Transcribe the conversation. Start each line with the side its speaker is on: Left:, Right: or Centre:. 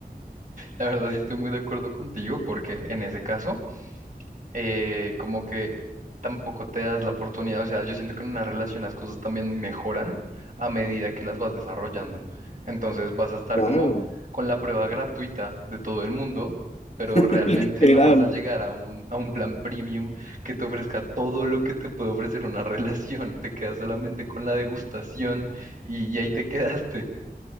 Right: La verdad sí estoy muy de acuerdo contigo porque en ese caso... eh, como que tampoco te das la oportunidad, o sea, yo siento que en una relación las cosas también mejoran a medida que las vas desarrollando. Entonces vas a estar
Left: Claro.
Right: como con la prueba gratuita de todo el mundo, pero
Left: <laughs>
Right: realmente
Left: Literal.
Right: <laughs> no vas a llegar a un, a un plan premium que te ofrezca todo lo que te puede ofrecer una <laughs> relación. Te quedas solamente con la degustación y, y ahí te quedaste.